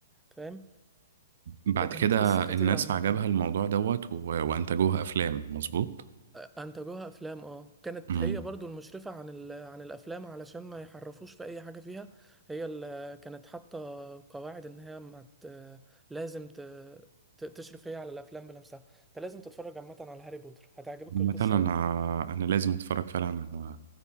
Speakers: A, in the centre; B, on the right.
A: فاهم
B: بعد
A: كانت
B: كده
A: قصة خطيرة
B: الناس
A: عامة
B: عجبها الموضوع دوت و... وانتجوها افلام مظبوط
A: انتجوها افلام اه كانت
B: امم
A: هي برضو المشرفة عن ال... عن الافلام علشان ما يحرفوش في اي حاجة فيها هي اللي كانت حاطة قواعد ان هي ما ت... لازم ت... ت... تشرف هي على الافلام بنفسها انت لازم تتفرج عامة على هاري بوتر هتعجبك
B: مثلا
A: القصة
B: انا
A: اوي
B: انا لازم اتفرج فعلا على-